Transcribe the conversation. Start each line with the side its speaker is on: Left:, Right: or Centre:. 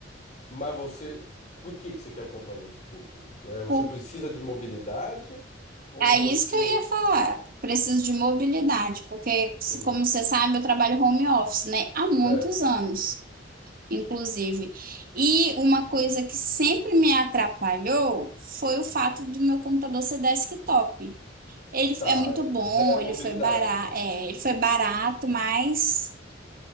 Left: mas você, por que que você quer comprar um notebook? É, Você
Right: Por-
Left: precisa de mobilidade ou
Right: É
Left: você...
Right: isso que eu ia falar. Preciso de mobilidade, porque, se-
Left: Hum,
Right: como você sabe, eu trabalho home office, né? Há muitos
Left: certo,
Right: anos, inclusive. E uma coisa que sempre me atrapalhou foi o fato do meu computador ser desktop. Ele
Left: tá,
Right: é muito
Left: é
Right: bom,
Left: zero
Right: ele
Left: mobilidade,
Right: foi barato,
Left: né?
Right: é, ele foi barato, mas